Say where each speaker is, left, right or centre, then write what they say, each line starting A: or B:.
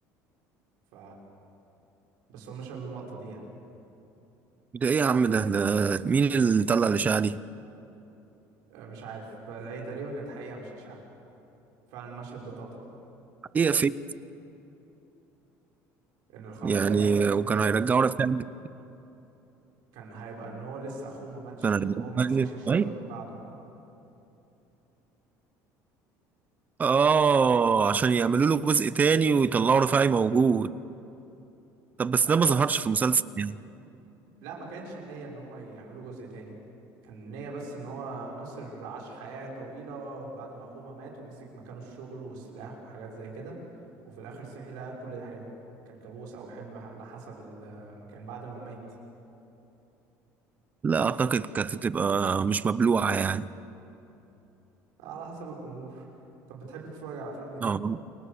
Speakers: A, on the right; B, on the right.
A: ف بس هم شالوا اللقطة دي يعني
B: ده ايه يا عم ده ده مين اللي طلع الاشاعه دي؟
A: آه، مش عارف بس هي تقريبا كانت حقيقة مش إشاعة فعلا المشهد ده اتقطع
B: ايه فيك
A: ان الخبر
B: يعني
A: ده جاي من المخرج
B: وكانوا هيرجعوا لك تاني
A: كان هيبقى ان هو لسه اخوه ما ماتش
B: كانوا
A: وان
B: هيرجعوا
A: هو ما مسكش
B: لك
A: الشغل
B: تاني.
A: من بعده
B: اه عشان يعملوا له جزء تاني ويطلعوا رفاعي موجود طب بس
A: آه،
B: ده ما ظهرش في مسلسل يعني
A: لا ما كانتش النية ان هما يعملوا جزء تاني كان النية بس ان هو ناصر عاش حياة طويلة بعد ما اخوه ما مات ومسك مكانه الشغل والسلاح وحاجات زي كده وفي الاخر صحي لقى كل ده حلم كان كابوس او حلم على حسب المكان بعد ما مات
B: لا اعتقد كانت تبقى مش مبلوعه يعني
A: على حسب الجمهور طب بتحب تتفرج على افلام ايه تاني
B: اه